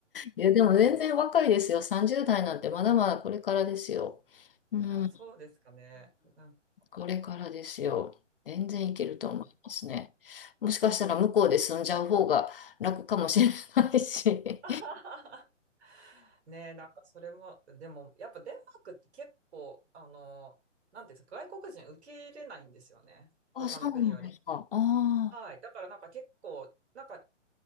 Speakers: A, on the left (about 50°); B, on the right (about 60°).
A: いや、でも全然若いですよ。30代なんてまだまだこれからですよ。
B: いや、
A: うん、うん、
B: そうですかね。なんか、
A: これからですよ。全然いけると思いますね。
B: いや
A: もしかしたら向こうで住んじゃう方が楽かもしれないし。
B: <laughs>
A: <laughs>
B: ねえ、なんかそれも、でも、やっぱデンマークって結構、あの、なんていうんですか、外国人受け入れないんですよね。
A: あ、
B: 他の国より。
A: そうなんですか。ああ、
B: はい。だからなんか結構、なんか